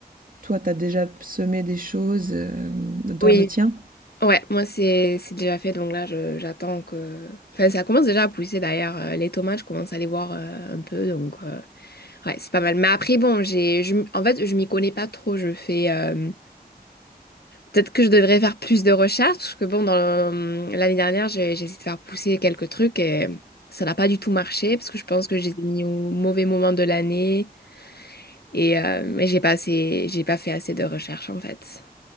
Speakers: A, on the right; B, on the left.
A: toi, tu as déjà semé des choses, hem, dans
B: Oui,
A: le tien?
B: ouais, moi c'est c'est déjà fait, donc là je- j'attends que... Enfin, ça commence déjà à pousser d'ailleurs. Euh, Les tomates, je commence à les voir euh, un peu, donc euh, ouais, c'est pas mal. Mais après, bon, j'ai, je m- en fait, je m'y connais pas trop. Je fais... euh, Peut-être que je devrais faire plus de recherches, parce que bon, dans le- l'année dernière, j'ai j'ai essayé de faire pousser quelques trucs et ça n'a pas du tout marché, parce que je pense que j'ai mis au mauvais moment de l'année et euh, mais j'ai pas assez, j'ai pas fait assez de recherches en fait.